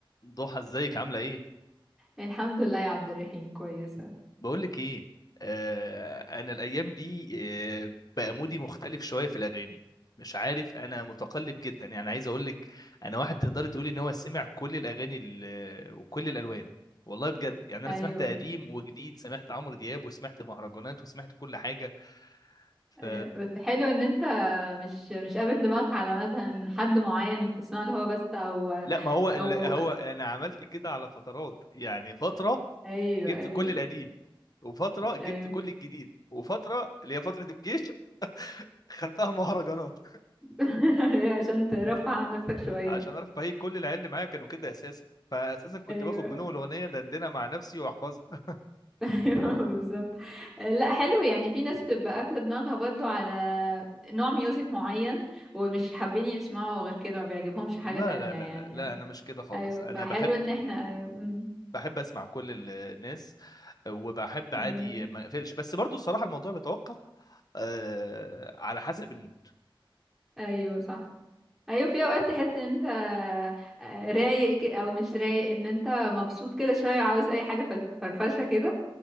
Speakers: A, on the left; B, in the centre.
A: ضحى ازيك عاملة ايه؟
B: الحمد لله يا عبد الرحيم كويسة
A: بقولك ايه؟ آه انا الايام دي آه بقى مودي مختلف شوية في الاغاني مش عارف انا متقلب جدا يعني عايز اقولك انا واحد تقدري تقولي ان هو سمع كل الاغاني ال- وكل الالوان والله بجد يعني انا
B: ايوه
A: سمعت قديم وجديد سمعت عمرو دياب وسمعت مهرجانات وسمعت كل حاجة ف
B: ايوه بس حلو ان انت مش مش قابل دماغك على مثلا حد معين وبتسمع له هو بس او
A: لا ما هو
B: او
A: ال... هو انا عملت كده على فترات يعني فترة
B: ايوه
A: جبت
B: ايوه
A: كل القديم وفترة جبت
B: ايوه
A: كل الجديد وفترة اللي هي فترة الجيش خدتها مهرجانات
B: <laughs> عشان ترفع عن نفسك شوية
A: عشان اعرف فهي كل العيال اللي معايا كانوا كده اساسا فاساسا كنت
B: ايوه
A: باخد منهم الاغنيه دندنها مع نفسي واحفظها
B: <laughs> ايوه بالظبط لا حلو يعني في ناس بتبقى قافلة دماغها برضو على نوع ميوزك معين ومش حابين يسمعوا غير كده ما بيعجبهمش
A: لا
B: حاجة تانية
A: لا لا
B: يعني
A: لا لا انا مش كده خالص
B: ايوه
A: انا
B: فحلو
A: بحب
B: ان احنا ايوه أمم،
A: بحب اسمع كل ال- الناس وبحب عادي
B: ايوه
A: ما اقفلش بس برضو الصراحه الموضوع بيتوقف آه على حسب المود
B: ايوه صح ايوه في اوقات تحس ان انت آه، رايق ك- او مش رايق ان انت مبسوط كده شويه وعاوز اي حاجه فل- فرفشه كده